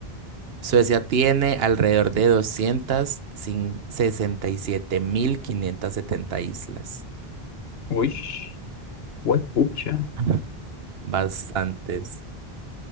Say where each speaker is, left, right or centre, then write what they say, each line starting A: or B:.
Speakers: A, on the right; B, on the left.
A: Suecia tiene alrededor de doscientas sesenta y siete mil quinientas setenta islas.
B: <clears throat> Uy, huepucha.
A: <laughs> Bastantes.